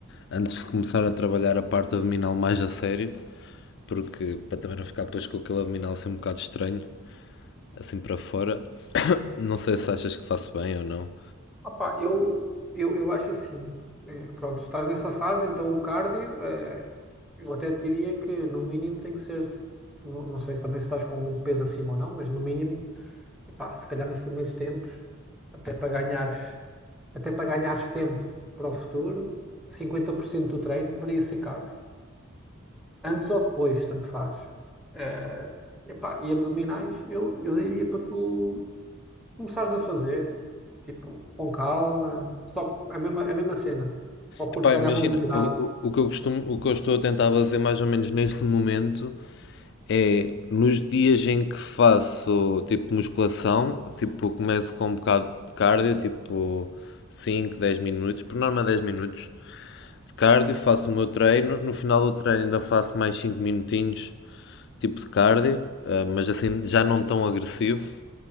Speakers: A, on the left (about 55°); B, in the centre.
A: antes de começar a trabalhar a parte abdominal mais a sério, porque para também não ficar depois com aquele abdominal assim um bocado estranho, assim para fora. <coughs> Não sei se achas que faço bem ou não.
B: Opa, eu, eu, eu acho assim, eh, pronto, estás nessa fase, então o cardio, eh, eu até diria que no mínimo tem que ser, não, não sei se também se estás com muito peso acima ou não, mas no mínimo, epá, se calhar nos primeiros tempos, até para ganhares, até para ganhares tempo para o futuro, 50% do treino deveria ser cardio. Antes ou depois, tanto faz. Eh, epá, e abdominais, eu, eu diria para tu começares a fazer, tipo, com calma, só a mesma, a mesma cena, para o corpo
A: Epá,
B: ganhar
A: imagina,
B: mobilidade,
A: o, o o que eu costumo, o que eu estou a tentar fazer mais ou menos neste momento é nos dias em que faço tipo musculação, tipo começo com um bocado de cardio, tipo 5 10 minutos, por norma 10 minutos de cardio, faço o meu treino, no final do treino ainda faço mais 5 minutinhos tipo de cardio, eh, mas assim já não tão agressivo.